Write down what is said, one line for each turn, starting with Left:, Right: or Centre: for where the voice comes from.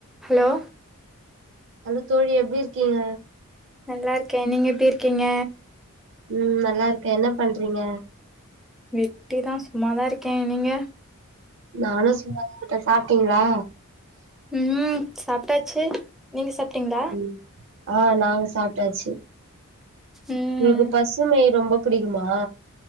Centre: Hello
Right: hello தோழி எப்டி இருக்கீங்க
Centre: நல்லா இருக்கே நீங்க எப்டி இருக்கீங்க
Right: ம் நல்லா இருக்கே என்ன பண்றீங்க
Centre: வெட்டி தா சும்மாதா இருக்கே நீங்க
Right: நானோ சும்மாதா இருக்கே சாப்பிட்டீங்களா
Centre: ம் சாப்ட்டாச்சு நீங்க சாப் ப்டீங்களா
Right: ம் ஆ நாங்க சாப்ட்டாச்சு
Centre: ம்
Right: எனக்கு பசுமை ரொம்ப புடிக்குமா